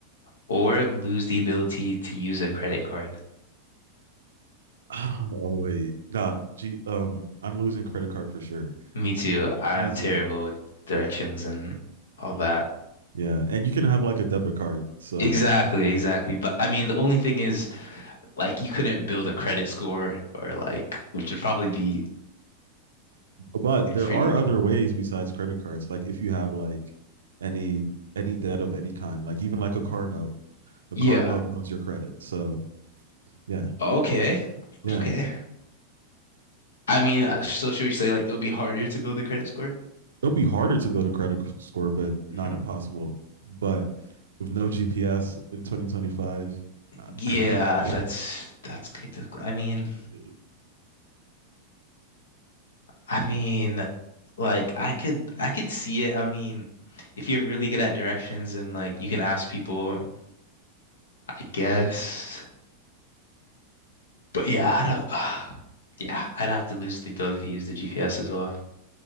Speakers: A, on the left; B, on the right.
A: or lose the ability to use a credit card.
B: Oh, wait, nah. G, um, I'm losing credit card for sure.
A: Me too. I
B: Easy.
A: am terrible with directions and all that.
B: Yeah, and you can have like a debit card. So,
A: Exactly, exactly. But I mean, the only thing is, like, you couldn't build a credit score or, like, which would probably be
B: but
A: like,
B: there
A: pretty.
B: are other ways besides credit cards. Like if you have like any any debt of any kind, like even like a car note, a
A: Yeah.
B: car note builds your credit. So, yeah,
A: Okay. Okay.
B: yeah,
A: I mean, uh, so should we say, like, it would be harder to build a credit score?
B: it'll be harder to build a credit c- score, but
A: Mhm.
B: not impossible. But with no GPS in 2025, I,
A: Yeah,
B: <laughs> yeah,
A: that's that's good. I mean,
B: yeah.
A: I mean, Like I could I could see it. I mean, if you're really good at directions and like you can ask people, I guess. But yeah, I don't, <sighs> yeah, I'd have to lose the ability to use the GPS as well.